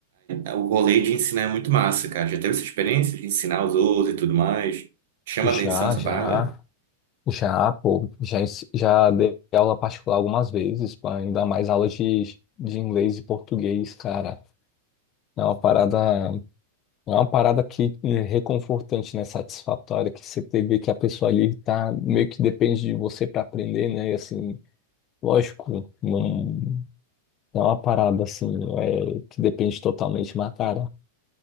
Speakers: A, on the right; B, on the left.
A: a- o rolê de ensinar é muito massa, cara. Já teve essa experiência de ensinar os outros e tudo mais? Chama
B: já,
A: atenção essa
B: já,
A: parada?
B: já, pô, já, ens- já dei aula particular algumas vezes, pá, ainda mais aulas de, de inglês e português, cara. É uma parada. É uma parada que é reconfortante, né? Satisfatória, que você te- vê que a pessoa ali tá meio que depende de você para aprender, né? E assim, lógico, não, não é uma parada assim, é, que depende totalmente, mas cara,